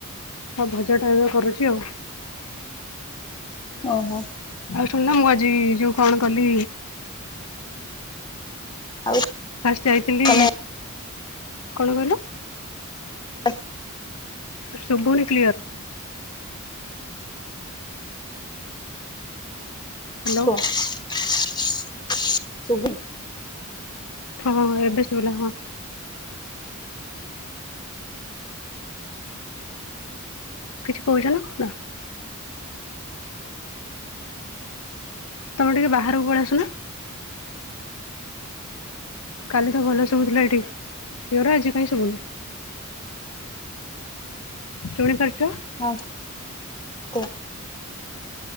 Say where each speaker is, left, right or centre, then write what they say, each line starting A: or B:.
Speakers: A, on the left (about 85°); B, on the left (about 20°).
A: ଭଜା ଟା ଏବେ କରୁଛି ଆଉ
B: ଓହୋ
A: ଶୁଣନା ମୁଁ ଆଜି ଯୋ କଣ କଲି
B: ଆଉ
A: ଯାଇଥିଲି
B: ତମେ
A: କଣ କହିଲ
B: ହ <unintelligible>
A: ଶୁଭୁ ନି କ୍ଲିଅର୍ ହ୍ୟାଲୋ
B: ହ ଶଭାଇ <unintelligible>
A: ହଁ ହଁ ଏବେ ସ ଭୁଲା ହଁ କିଛି କହୁଛ ନା କଣ ତମେ ଟିକେ ବାହାରକୁ ପଳେଇ ଆସୁନ କାଲି ତ ଭଲ ଶୁଭୁଥିଲା ଏଠିକି ପିଓର ଆଜି କାଇଁ ଶୁଭୁନି ଶୁଣିପାରୁଚ?
B: ହଁ କୁହ